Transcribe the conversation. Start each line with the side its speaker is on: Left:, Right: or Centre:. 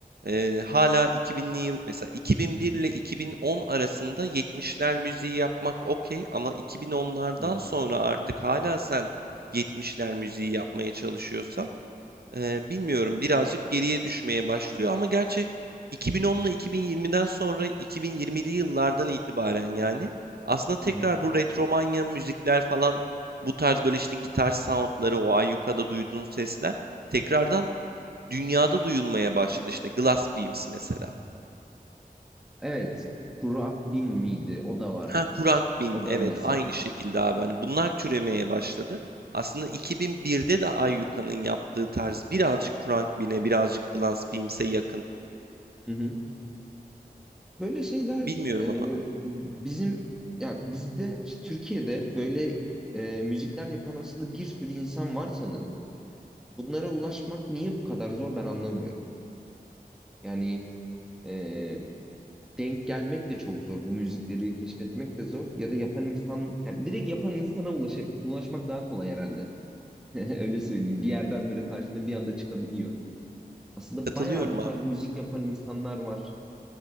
Right: eee, hala 2000'li yıl mesela 2001 ile 2010 arasında 70'ler müziği yapmak okey ama 2010'lardan
Centre: hı.
Right: sonra artık hala sen 70'ler müziği yapmaya çalışıyorsan Eee, bilmiyorum birazcık geriye düşmeye başlıyor ama gerçi 2010'la 2020'den sonra 2020'li yıllardan itibaren yani aslında tekrar
Centre: hı. hı.
Right: bu retromanya müzikler falan bu tarz böyle işte gitar soundları o Ayyuka'da duyduğun sesler tekrardan dünyada duyulmaya başladı işte Glass Beams mesela.
Centre: Evet. Kurak bin miydi? O da var.
Right: Ha Kurang Bin
Centre: O
Right: evet
Centre: da mesela.
Right: aynı şekilde abi hani bunlar türemeye başladı. Aslında 2001'de de Ayyuka'nın yaptığı tarz birazcık Kurang Bin'e birazcık Glass Beams'e yakın.
Centre: Hı hı. Böyle şeyler
Right: Bilmiyorum
Centre: e,
Right: ama.
Centre: bizim ya bizde işte Türkiye'de böyle e, müzikler yapan aslında bir sürü insan var sanırım. Bunlara ulaşmak niye bu kadar zor ben anlamıyorum. Yani e, denk gelmek de çok zor. Bu müzikleri keşfetmek de zor. Ya da yapan insan yani direkt yapan insana ulaşıp ulaşmak daha kolay herhalde. <laughs> Öyle söyleyeyim. Bir yerden böyle karşına bir anda çıkabiliyor. Aslında
Right: Katılıyorum
Centre: bayağı bu tarz
Right: abi.
Centre: müzik yapan insanlar var.